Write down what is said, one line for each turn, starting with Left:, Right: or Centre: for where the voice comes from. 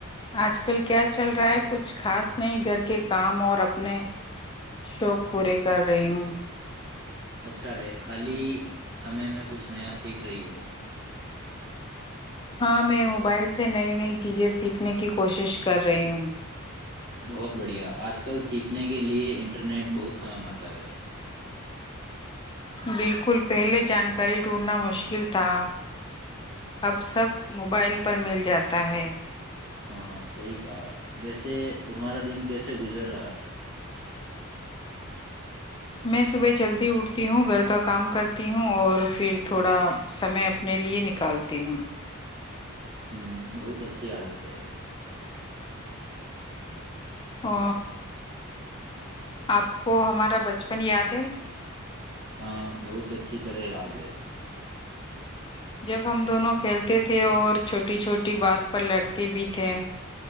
Left: آج کل کیا چل رہا ہے کچھ خاص نہیں گھر کے کام اور اپنے شوق پورے کر رہی ہوں
Right: اچھا ہے خالی سمے میں کچھ نیا سیکھ رہی ہو
Left: ہاں میں موبائل سے نئی نئی چیزیں سیکھنے کی کوشش کر رہی ہوں
Right: بہت بڑھیا آج کل سیکھنے کے لیئے انٹرنیٹ بہت کام آتا ہے
Left: بالکل پہلے جانکاری ڈھونڈنا مشکل تھا اب سب موبائل پر مل جاتا ہے
Right: ہاں صحیح کہا ویسے تمہارا دن کیسے گزر رہا ہے
Left: میں صبح جلدی اٹھتی ہوں گھر کا کام کرتی ہوں اور پھر تھوڑا سمے اپنے لیئے نکالتی ہوں
Right: ہوں بہت اچھی عادت ہے
Left: ا آپ کو ہمارا بچپن یاد ہے
Right: ہاں بہت اچھی طرح یاد ہے
Left: جب ہم دونوں کھیلتے تھے اور چھوٹی چھوٹی بات پر لڑتے بھی تھے